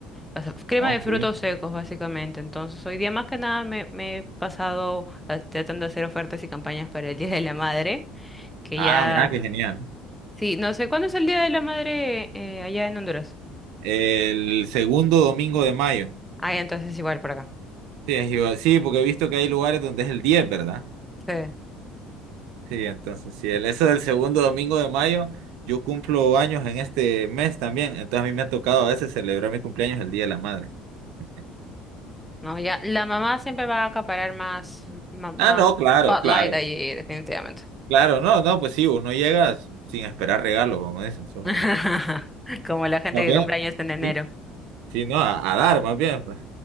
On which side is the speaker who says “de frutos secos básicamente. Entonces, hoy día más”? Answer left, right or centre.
Centre